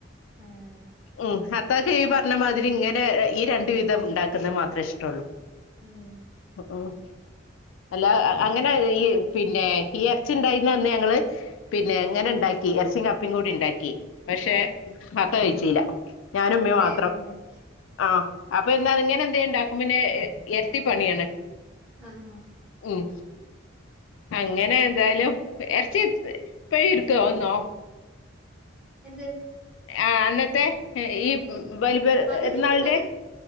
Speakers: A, in the centre; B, on the left.
A: ആഹ്
B: ഉം ഹത്താക് ഈ പറഞ്ഞ മാതിരി ഇങ്ങനെ ഈ രണ്ടു വിധം ഉണ്ടാക്കുന്നത് മാത്രേ ഇഷ്ടള്ളു
A: ഉം
B: ഉം അല്ലാ അങ്ങനെ ഈ പിന്നെ ഈ എർച്ചി ണ്ടായ്ന്ന അന്ന് ഞങ്ങള് പിന്നെ ങ്ങനെ ണ്ടാക്കി എർച്ചിം കപ്പേം കൂടി ണ്ടാക്കി. പക്ഷെ
A: ആഹ്
B: വാപ്പ കഴിചീല. ഞാനും
A: അപ്പൊ
B: മ്മീം മാത്രം
A: വേറെ ഇണ്ടാക്കി
B: ആ അപ്പൊ പിന്നെ ഇങ്ങനെ എന്തേ ണ്ടാക്കും പിന്നെ എര്ട്ടിപ്പണിയാണ്.
A: ആഹ്
B: ഉം അങ്ങനെ എതായാലും എർച്ചി ഇപ്പഴും <unintelligible>
A: എന്ത്?
B: ആ അന്നത്തെ ഈ ബലി പെരുന്നാളിന്റെ
A: അത് തീർന്നു